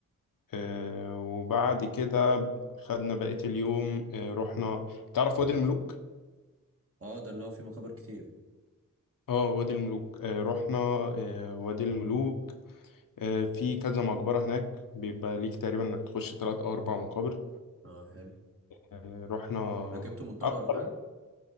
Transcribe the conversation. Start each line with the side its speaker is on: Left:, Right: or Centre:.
Left: آه، وبعد كده خدنا بقية اليوم آه، رحنا تعرف وادي الملوك
Right: اه ده اللي هو فيه مقابر كتير
Left: اه وادي الملوك آه، رحنا آه، وادي الملوك آه، في كذا مقبرة هناك بيبقى ليك تقريبا انك تخش تلات او اربع مقابر
Right: اه حلو
Left: آه، رحنا
Right: ركبتوا منطاد
Left: أكتر.
Right: ولا حاجه